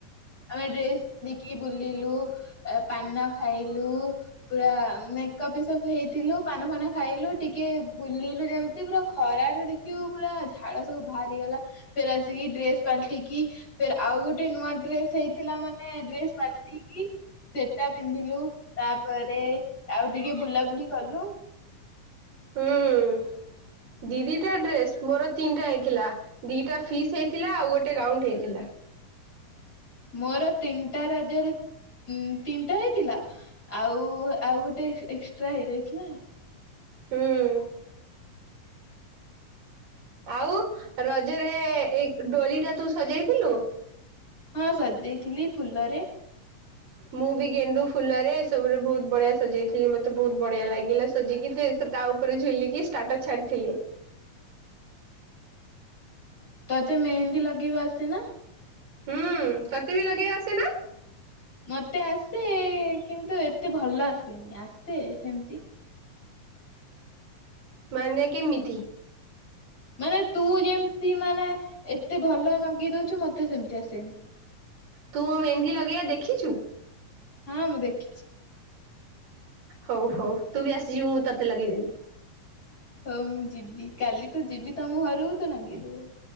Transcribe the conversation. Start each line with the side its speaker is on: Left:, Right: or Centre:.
Left: ଆମେ ଡ୍ରେସ୍ ପିନ୍ଧିକି ବୁଲିଲୁ, ପାନ ଖାଇଲୁ ପୁରା ମେକଅପ୍ ହେଇଥିଲୁ ପାନ ଫାନ ଖାଇଲୁ ଟିକେ ବୁଲିଲୁ ଯେମିତି ପୁରା ଖରାରେ ଦେଖ <unintelligible> ପୁରା ଝାଳ ସବୁ ବାହାରିଗଲା ଫେରେ ଆସିକି ଡ୍ରେସ ପାଲଟିକି ଫେରେ ଆଉ ଗୋଟେ ନୂଆ ଡ୍ରେସ ହେଇଥିଲା ମାନେ ଡ୍ରେସ ପାଲଟିକିି ସେଟା ପିନ୍ଧିଲୁ ତାପରେ ଆଉ ଟିକେ ବୁଲାବୁଲି କଲୁ।
Right: ହୁଁ। ଦି ଦିଟା ଡ୍ରେସ ମୋର ତିନିଟା ହେଇଥିଲା। ଦିଟା ଫିସ୍ ହେଇଥିଲା ଆଉ ଗୋଟେ ଗାଉଣ୍ଡ ହେଇଥିଲା।
Left: ମୋର ତିନିଟା ରଜରେ ଉଁ ତିନିଟା ହେଇଥିଲା ଆଉ ଆଉ ଗୋଟେ ଏକ୍ସଟ୍ରା ହେଇଯାଇଥିଲା।
Right: ହୁଁ। ଆଉ ରଜରେ ଏଇ ଡୋଲି ଟା ତୁ ସଜେଇଥିଲୁ?
Left: ହଁ ସଜେଇଥିଲି ଫୁଲରେ
Right: ମୁଁ ବି ଗେଣ୍ଡୁ ଫୁଲରେ ଏ ସବୁରେ ବହୁତ ବଢିଆ ସଜେଇଥିଲି ମତେ ବହୁତ ବଢିଆ ଲାଗିଲା ସଜେଇକି। ସେ ତା ଉପରେ ଝୁଲିକି ଷ୍ଟାଟସ ଛାଡିଥିଲି।
Left: ତତେ ମେହେନ୍ଦୀ ଲଗେଇବା ଆସେ ନା?
Right: ହୁଁ ତତେ ବି ଲଗେଇଆ ଆସେ ନା?
Left: ମତେ ଆସେ କିନ୍ତୁ ଏତେ ଭଲ ଆସେନି। ଆସେ ସେମିତି
Right: ମାନେ କେମିତି?
Left: ମାନେ ତୁ ଯେମିତି ମାନେ ଏତେ ଭଲ ଲଗେଇ ଦଉଛୁ ମତେ ସେମତି ଆସେନି।
Right: ତୁ ମୋ ମେହେନ୍ଦି ଲଗେଇବା ଦେଖିଛୁ?
Left: ହଁ ମୁଁ ଦେଖିଛି।
Right: ହଉ ହଉ ତୁ ବି ଆସିଯିବୁ ମୁଁ ତତେ ଲଗେଇଦେବି।
Left: ହଉ ମୁଁ ଯିବି କାଲି ତ ଯିବି ତମ ଘରକୁ ତ ନଗେଇଦବୁ।